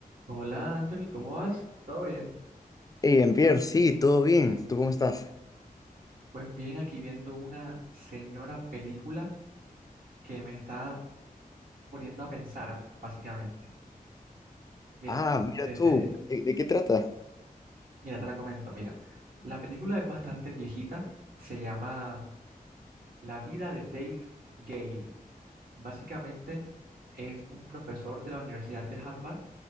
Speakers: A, on the right (about 70°); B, on the left (about 25°).
A: Hola Anthony, ¿cómo vas? ¿Todo bien?
B: Hey, Jean-Pierre, sí, todo bien. ¿Tú cómo estás?
A: Pues bien, aquí viendo una señora película que me está poniendo a pensar, básicamente. Mira,
B: Ah, mira
A: te,
B: tú,
A: te-
B: ¿de, de qué trata?
A: mira, te la comento, mira. La película es bastante viejita, se llama La vida de Dave Gale. Básicamente es un profesor de la Universidad de Harvard